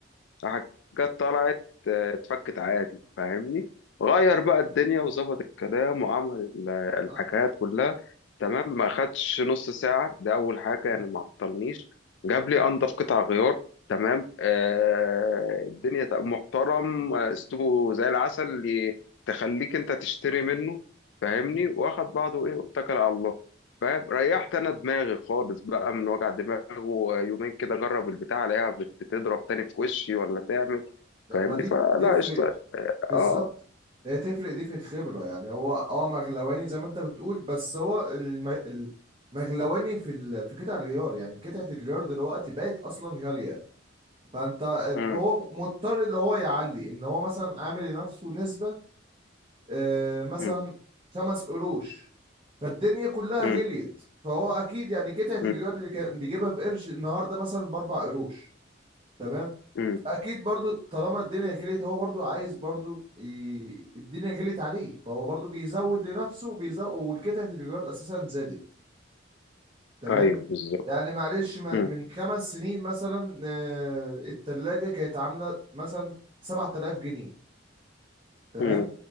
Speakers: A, on the left; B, on the right.
A: حاجات طلعت آه، اتفكت عادي فاهمني غير بقى الدنيا وظبط الكلام وعمل ال- الحكايات
B: اه
A: كلها تمام ما خدش نص ساعة ده أول حاجة
B: مم.
A: يعني ما عطلنيش جاب لي أنضف قطع غيار تمام آه الدنيا ت- محترم آه، أسلوبه زي العسل اللي تخليك أنت تشتري منه فاهمني
B: مم.
A: واخد بعضه إيه واتكل على الله فاهم ريحت انا دماغي خالص بقى من وجع دماغه ويومين كده اجرب البتاع الاقيها بت- بتضرب تاني في وشي ولا تعمل
B: لا
A: فاهمني
B: ما دي
A: فلا
B: تفرق
A: قشطه
B: بالظبط
A: اه
B: هي تفرق دي في الخبرة يعني هو اه مغلواني زي ما انت بتقول بس هو الم... المغلواني في ال... في قطع الغيار يعني قطعة الغيار دلوقتي بقت اصلا غالية فانت
A: مم.
B: هو مضطر اللي هو يعلي ان هو مثلا عامل لنفسه نسبة آه، مثلا
A: مم.
B: خمس قروش فالدنيا كلها
A: مم.
B: غليت فهو اكيد يعني قطعة الجار
A: مم.
B: اللي كان بيجيبها بقرش النهارده مثلا باربع قروش تمام
A: مم.
B: اكيد برضو طالما الدنيا غليت هو برضو عايز برضو ي... الدنيا غليت عليه فهو برضو بيزود لنفسه وبيزود والقطعة الجار اساسا زادت تمام
A: ايوه بالظبط
B: يعني معلش ما-
A: مم.
B: من خمس سنين مثلا آه، التلاجة كانت عاملة مثلا 7000 جنيه تمام
A: مم.